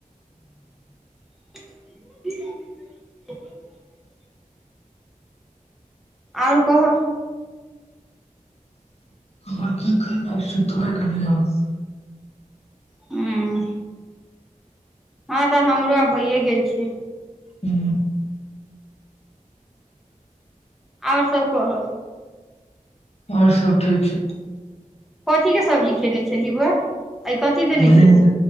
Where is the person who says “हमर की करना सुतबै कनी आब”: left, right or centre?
Left